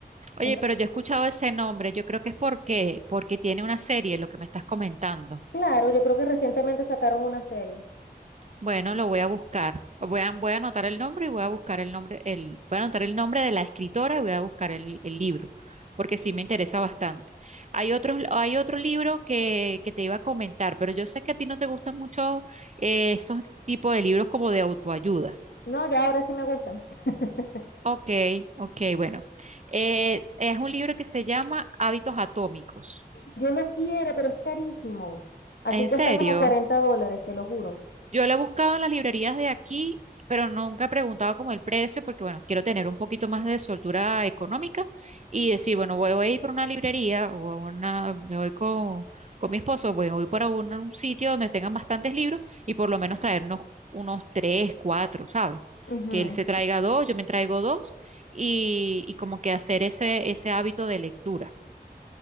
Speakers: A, on the right; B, on the left.
A: Oye,
B: Entonces,
A: pero yo he escuchado ese nombre, yo creo que es porque, porque tiene una serie, lo que me estás comentando.
B: claro, yo creo que recientemente sacaron una serie.
A: Bueno, lo voy a buscar. Voy a, voy a anotar el nombre y voy a buscar el nombre, el, voy a anotar el nombre de la escritora y voy a buscar el, el libro, porque sí me interesa bastante. Hay otros, hay otro libro que, que te iba a comentar, pero yo sé que a ti no te gustan mucho eh, esos tipos de libros como de autoayuda.
B: No, ya ahora sí me gustan. <laughs>
A: Ok, ok, bueno. Es, es un libro que se llama Hábitos Atómicos.
B: Yo lo quiero, pero es carísimo. Aquí
A: ¿En
B: cuesta
A: serio?
B: como 40 dólares, te lo juro.
A: Yo la he buscado en las librerías de aquí, pero nunca he preguntado como el precio, porque bueno, quiero tener un poquito más de soltura económica y decir, bueno, voy, voy a ir por una librería o a una, me voy con, con mi esposo, voy, voy por un, un sitio donde tengan bastantes libros y por lo menos traernos unos tres, cuatro, ¿sabes?
B: Ujú.
A: Que él se traiga dos, yo me traigo dos y, y como que hacer ese, ese hábito de lectura.